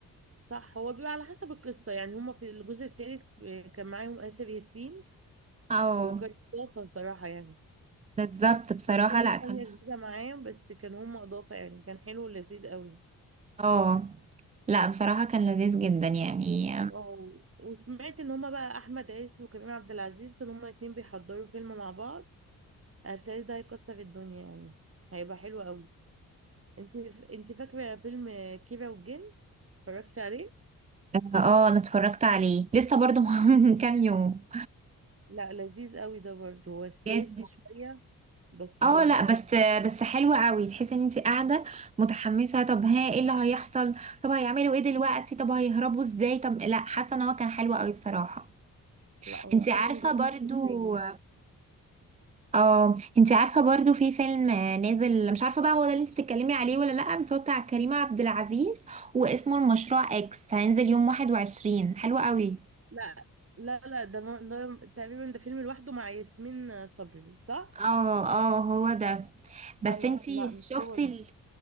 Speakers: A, on the right; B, on the right.
A: صح هو بيبقى على حسب القصة يعني هما في الجزء الثالث كان معاهم آسر ياسين
B: اه
A: وكانت إضافة الصراحة يعني
B: بالظبط بصراحة
A: كابتن
B: لا
A: الثانية
B: كان
A: جديدة معاهم بس كان هما إضافة يعني كان حلو ولذيذ قوي
B: اه لا بصراحة كان لذيذ جدا يعني
A: اه وسمعت إن هما بقى أحمد عز وكريم عبد العزيز إن هما الاتنين بيحضروا فيلم مع بعض هتلاقي ده هيكسر الدنيا يعني هيبقى حلو قوي انت انت فاكرة فيلم كيرة والجن اتفرجت عليه؟
B: اه انا اتفرجت عليه لسه برضو <laughs> من كام يوم
A: لا لذيذ قوي ده برضه هو سياسي
B: يس
A: شوية بس
B: اه
A: حلو
B: لا
A: يعني
B: بس بس حلوة قوي تحسي ان انت قاعدة متحمسة طب ها ايه اللي هيحصل طب هيعملوا ايه دلوقتي طب هيهربوا ازاي طب لا حاسة ان هو كان حلو قوي بصراحة
A: لا هو
B: انت
A: فعلا
B: عارفة
A: جميل
B: برضو
A: التاني
B: اه انت عارفه برضو في فيلم آه، نازل مش عارفه بقى هو ده اللي انت بتتكلمي عليه ولا لا بس هو بتاع كريم عبد العزيز واسمه المشروع اكس هينزل يوم 21 حلو قوي
A: لا لا لا ده, م... ده تقريبا ده فيلم لوحده مع ياسمين صبري صح؟
B: اه اه هو ده بس
A: لا لا
B: انت
A: لا، مش
B: شفتي
A: هو ده
B: ال...